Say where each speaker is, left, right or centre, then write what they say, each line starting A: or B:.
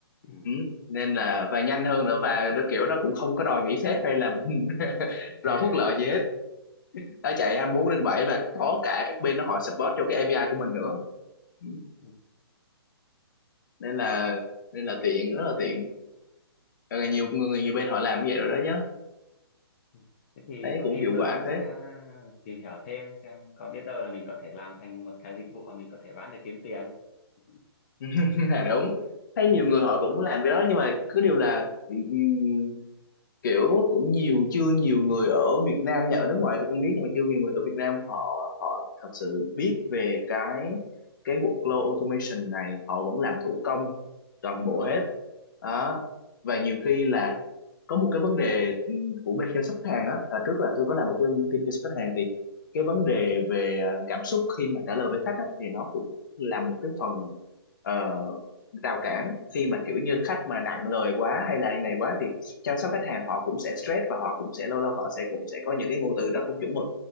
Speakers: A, on the left; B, on the left.
A: ừ.
B: ừ. nên là và nhanh hơn nữa và nó kiểu nó cũng không có đòi nghỉ phép hay là <laughs>
A: <laughs>
B: đòi phúc lợi gì hết nó chạy 24 trên 7 và có cả các bên nó họ support cho cái API của mình nữa Ừ.
A: ừ.
B: nên là nên là tiện rất là tiện Rồi là nhiều người nhiều bên họ làm như vậy rồi đó chứ
A: Ừ. Thế thì
B: thấy
A: có
B: cũng
A: khi
B: hiệu
A: tôi
B: quả
A: cũng sẽ
B: phết
A: tìm hiểu thêm xem có biết đâu là mình có thể làm thành một cái dịch vụ mà mình có thể bán để kiếm tiền. Ừ.
B: <laughs> là đúng thấy nhiều người họ cũng làm cái đó nhưng mà cứ điều là ừm, kiểu cũng nhiều chưa nhiều người ở Việt Nam nha ở nước ngoài tôi không biết nhưng mà chưa nhiều người ở Việt Nam họ họ thật sự biết về cái cái workflow automation này họ vẫn
A: Ừ,
B: làm thủ công toàn
A: Đúng
B: bộ
A: rồi.
B: hết đó và nhiều khi là có một cái vấn đề của bên chăm sóc khách hàng á à, trước là tôi có làm một cái team chăm sóc khách hàng thì cái vấn đề về à, cảm xúc khi mà trả lời với khách á, thì nó cũng là một cái phần ờ, rào cản khi mà kiểu như khách mà nặng lời quá hay là này quá thì chăm sóc khách hàng họ cũng sẽ stress và họ cũng sẽ lâu lâu họ sẽ cũng sẽ có những cái ngôn từ đó không chuẩn mực